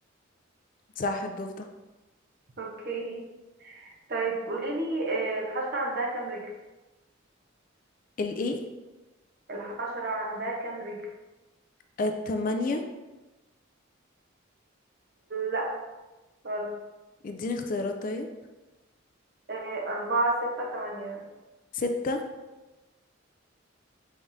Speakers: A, on the left; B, on the right.
A: صح الضفدع
B: اوكي طيب قوليلي آه، الحشرة عندها كام رجل
A: الايه
B: الحشرة عندها كام رجل
A: التمانية
B: لا غلط
A: اديني اختيارات طيب
B: آه، أربعة ستة تمانية
A: ستة